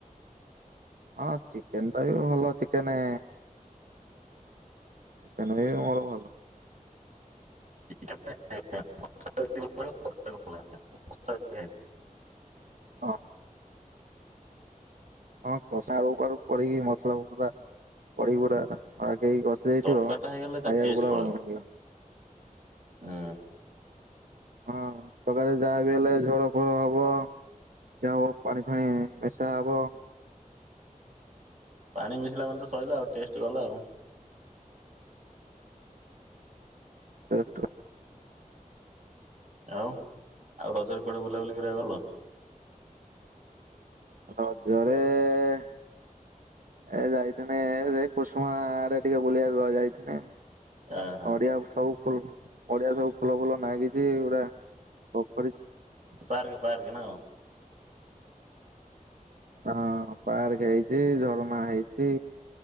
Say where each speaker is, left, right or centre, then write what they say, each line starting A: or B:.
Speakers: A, on the right (about 80°); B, on the right (about 60°).
A: ହଁ ଚିକେନ ଟା ବି ଭଲ ଚିକେନ ଚିକେନ୍ ବି ମୋର ଭଲ।
B: <inaudible>
A: ହଁ ହଁ କଷା ଆଳୁ ଫାଳୁ ପଡିକି ମସଲା ମସ ପଗଡା <inaudible> ଆଗେଇ ଗଛ ଏଇଠୁ
B: ତରକାରୀଟା
A: ଆ
B: ହେଇଗଲେ
A: ଖାଇବାକୁ
B: ତା ଟେଷ୍ଟ
A: ପଡା
B: ପଳେଇବ
A: ଭଲ ନାଁ ଆଉ <inaudible>
B: ହୁଁ।
A: ହଁ, ତରକାରୀ ଯାହା ବି ହେଲେ ଝୋଳ ଫୋଳ ହବ ଯ ହବ ପାଣି ଫାଣି ମିଶା ହବ।
B: ପାଣି ମିଶିଲା ମାନେ ତ ସଇଲା ଆଉ ଟେଷ୍ଟ ଗଲା ଆଉ।
A: ଦେ <inaudible>
B: ଆଉ ଆଉ ରଜରେ କୁଆଡେ ବୁଲାବୁଲି କରିବା ଗଲ?
A: ରଜରେ ଏ ଯାଇଥିଲି ସେ କୁସୁମା ଆଡେ ଟିକେ ବୁଲିବାକୁ ଯାଇଥିଲି।
B: ଆହା
A: ଅଡିଆ ସବୁ ଫୁଲ <inaudible> ପଡିଆ ସବୁ ଫୁଲ ଫୁଲ ନାଗିଛି ପୁରା ପୋଖରୀ
B: ପାର୍କ ପାର୍କ ନା।
A: ହଁ ପାର୍କ ହେଇଛି, ଝରଣା ହେଇଛି,